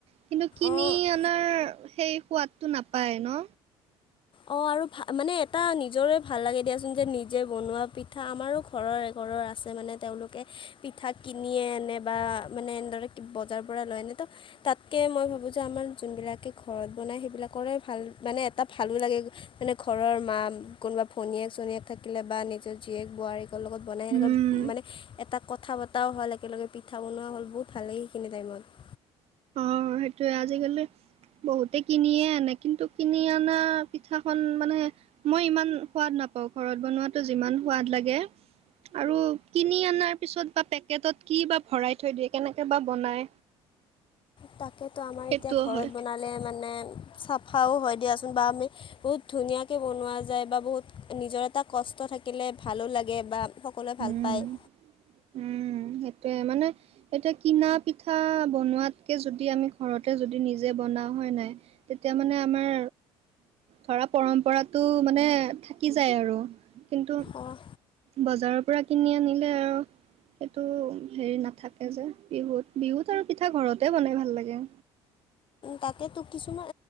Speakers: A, on the right (about 60°); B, on the left (about 45°).
A: কিন্তু কিনি
B: অঁ
A: আনাৰ সেই সোৱাদটো নাপায় ন।
B: অ আৰু ভ মানে এটা নিজৰে ভাল লাগে দিয়াচোন যে নিজে বনোৱা পিঠা আমাৰো ঘৰৰ এঘৰৰ আছে মানে তেওঁলোকে পিঠা কিনিয়ে আনে বা মানে এনেদৰে বজাৰৰ পৰা লৈ আনে ত তাতকে মই ভাবো যে আমাৰ যোনবিলাকে ঘৰত বনাই সেইবিলাকৰে ভাল মানে এটা ভা- ভালো লাগে মানে ঘৰৰ মা কোনোবা ভনীয়েক চনীয়েক থাকিলে বা নিজৰ জীয়েক বোৱাৰীক লগত বনাই সেনেকুৱা
A: উম
B: মানে এটা কথা বতৰাও হ'ল একেলগে পিঠা বনোৱা হ'ল বহুত ভাল লাগে সেইখিনি টাইমত।
A: অ সেইটোৱে আজিকালি বহুতে কিনিয়ে আনে কিন্তু কিনি অনা পিঠাখন মানে মই ইমান সোৱাদ নাপাওঁ ঘৰত বনোৱাতো যিমান সোৱাদ লাগে। আৰু কিনি আনাৰ পিছত বা পেকেটত কি বা ভৰাই থৈ দিয়ে কেনেকে বা বনাই।
B: তাকেতো আমাৰ
A: সেইটোও
B: এতিয়া ঘৰত
A: হয়
B: বনালে মানে চাফাও হয় দিয়াচোন বা আমি বহুত ধুনীয়াকে বনোৱা যায় বা বহুত নিজৰ এটা কষ্ট থাকিলে ভালো লাগে বা সকলোৱে
A: উম
B: ভাল পায়।
A: উম সেইটোয়ে মানে এতিয়া কিনা পিঠা বনোৱাতকে যদি আমি ঘৰতে যদি নিজে বনাও হয় নাই। তেতিয়া মানে আমাৰ ধৰা পৰম্পৰা তো মানে থাকি যায় আৰু কিন্তু
B: অহ
A: বজাৰৰ পৰা কিনি আনিলে আও সেইটো হেৰি নাথাকে যে বিহুত বিহুত আৰু পিঠা ঘৰতে বনাই ভাল লাগে।
B: তাকেতো কিছুমান